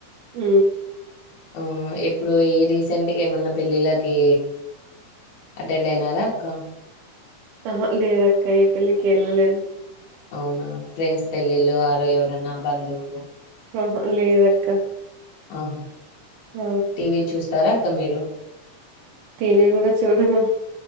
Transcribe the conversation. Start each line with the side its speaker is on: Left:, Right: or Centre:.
Right: ఊ
Left: ఆ ఎప్పుడు ఈ రీసెంట్గా ఏమన్నా పెళ్ళిళ్ళకి అటెండ్ అయినారా అక్క
Right: ఆహ లేదక్క ఏ పెళ్లికి వెళ్ళలేదు
Left: అవునా ఫ్రెండ్స్ పెళ్లిలో ఆరో ఎవ న్నా బందువులు
Right: ఆహ లేదక్క
Left: ఆహా
Right: ఆ!
Left: టివి చూస్త తారా అక్క మీరు
Right: టీవీ కూడా చూడను